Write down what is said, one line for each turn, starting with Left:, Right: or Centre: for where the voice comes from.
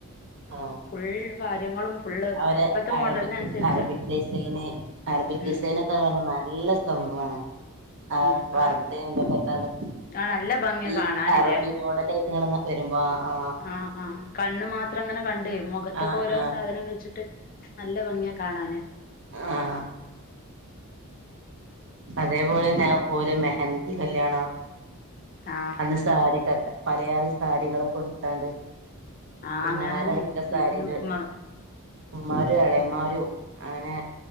Right: ആഹ്
Left: ഫുൾ കാര്യങ്ങളും. ഫുള്ള്
Right: അവരെ
Left: ഇപ്പത്തെ
Right: അറബിക്
Left: മോഡലിനനുസരിച്ചാ
Right: അറബിക് ഡിസൈന് അറബിക്
Left: ഉം
Right: ഡിസൈൻ.. അതേപലെ നല്ല സംഭവമാണ് ആ
Left: ഞാൻ
Right: ഫർധതൊക്കെപാടെ..
Left: കാണും ആ നല്ല ഭംഗിയാ
Right: ഈ
Left: കാണാനില്ലേ
Right: അറബി മോഡല ആയിട്ടങ്ങ വരുമ്പോ ആ..
Left: ആഹ് ആഹ് കണ്ണ് മാത്രം അങ്ങനെ കണ്ടു മുഖത്തൊക്കെ
Right: ആഹ്
Left: ഓരോ
Right: ആഹ്
Left: സാധനം വെച്ചിട്ട്. നല്ല ഭംഗിയ കാണാന്..
Right: ആഹ് അതേപോലെ തന്നെ ഓരോ മെഹന്തി കല്യാണം.
Left: ആഹ്.
Right: പി സാരിക്കക്കെ പലയാത സാരികളൊക്കെ കൊടുത്താണ്ട്..
Left: ആഹ്
Right: ഉമ്മമാരാടകം
Left: അങ്ങനെ തന്നെയാണ്
Right: സാരിയില്.
Left: ഉം ഉം, മ
Right: ഉമ്മാരും എളയമാരും അങ്ങനെ